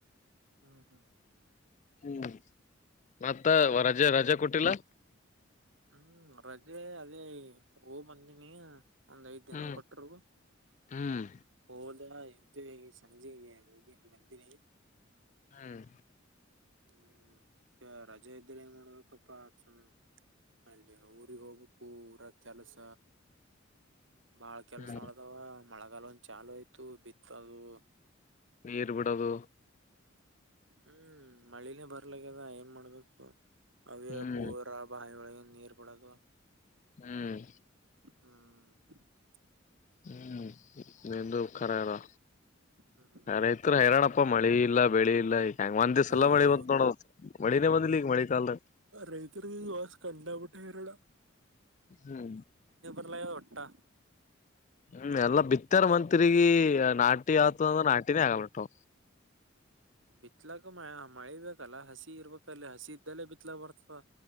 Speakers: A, on the right (about 70°); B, on the left (about 40°).
A: ಹ್ಮ್ ಹ್ಮ್.
B: ಹ್ಮ ಮತ್ತೆ ರಜೆ ರಜೆ ಕೊಟ್ಟಿಲ್ಲ.
A: ಹ್ಮ್ ರಜೆ ಅಲ್ಲಿ ಹೋಗು ಬಂದಿನಿ ಒಂದ್ ಐದ್ ದಿನ
B: ಹ್ಮ್
A: ಕೊಟರು
B: ಹ್ಮ್.
A: ಹೋದಾ ಇತ್ತು ಸಂಜೆೆಗೆ ಹೋಗಿನ್ ಬಂದಿರಿ
B: ಹ್ಮ್.
A: ಹ್ಮ್ ಈಗ ರಜೆ ಇದ್ರೆ ಏನ್ ಮಾಡ್ಬೇಕಪ್ಪಾ ಚ ಅಲ್ಲಿ ಊರಿಗ್ ಹೋಗ್ಬೇಕು ಊರ ಕೆಲಸ. ಬಾಳ ಕೆಲ್ಸ
B: ಹ್ಮ್
A: ಉಳಿದವ ಮಳೆಗಾಲ ಒಂದು ಚಾಲು ಆಯ್ತು ಬಿತ್ತಾವು.
B: ನೀರ್ ಬಿಡೋದು.
A: ಹ್ಮ್ಮ್. ಹ್ಮ್ ಮಳನೇ ಬರ್ಲ. ಇಗ ಏನ್ ಮಾಡ್ಬೇಕು. ಅವೇ
B: ಹ್ಮ್
A: ಬೋರ ಬಾಯಿ ಒಳಗ. ನೀರ್ ಬಿಡದು.
B: ಹ್ಮ್.
A: ಹ್ಮ.
B: ಹ್ಮ್ ನಂದುಖರಾರಾ
A: ಹ್ಮ್
B: ಯಾರೈತ್ ಹೈರಾಣಪ್ಪ ಮಳಿ ಇಲ್ಲ ಬೆಳಿ ಇಲ್ಲಾ ಈ ಹಂಗ ಒಂದ್ ದಿವ್ಸ
A: ಅಯ್ಯೋ
B: ಎಲ್ಲ ಮಳಿ ಬಂತ ನೋಡ ಮಳಿನೇ ಬಂದ್ಲಿ ಈಗ ಮಳೆ ಕಾಲದ.
A: ರೈತರಿಗೆ ವಾಸ್ ಕಂಡಬಿಟ್ಟೆ ಹೈರಾಣ
B: ಹ್ಮ್.
A: ರ್ಲ ಹೊಟ್ಟ.
B: ಹ್ಮ ಎಲ್ಲಾ ಬಿತ್ತಾರ ಮತ್ಗಿ. ನಾಿ
A: ಹ್ಮ್
B: ಆತ ಅಂದ್ರ ನಾಟಿನೇ ಆಗಲ್. ಅಪ್ಪ.
A: ಬಿತ್ಲಕ್ಕ ಮ ಮಳಿಬೇಕಲ್ಲ ಹಸಿ ಇರ್ಬೇಕಲ್ಲಿ ಹಸಿ ಇದ್ದಲೆೇ ಬಿತ್ಲಕ್ ಬರ್ತದ.